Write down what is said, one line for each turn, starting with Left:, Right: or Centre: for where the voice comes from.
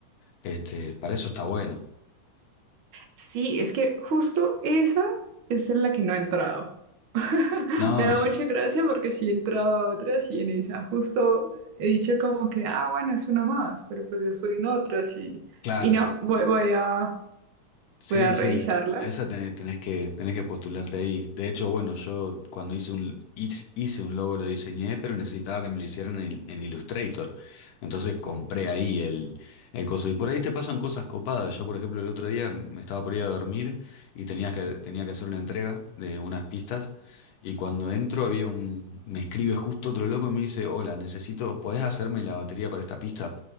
Left: este, para eso está bueno.
Right: Sí, es que justo esa es en la que no he entrado. <laughs>
Left: No,
Right: Me da mucha
Left: sí,
Right: gracia porque sí he entrado a otras y en esa justo he dicho como que, ah, bueno, es una más, pero pues yo estoy en otras y,
Left: claro.
Right: y no, voy, voy a,
Left: Sí,
Right: voy a revisarla.
Left: sí, esa tenés, tenés que, tenés que postularte ahí. De hecho, bueno, yo cuando hice un, hiz- hice un logo lo diseñé, pero necesitaba que me lo hicieran en, en Illustrator. Entonces compré ahí el, el coso. Y por ahí te pasan cosas copadas. Yo, por ejemplo, el otro día me estaba por ir a dormir y tenía que, tenía que hacer una entrega de unas pistas. Y cuando entro había un, me escribe justo otro loco y me dice, hola, necesito, ¿podés hacerme la batería para esta pista?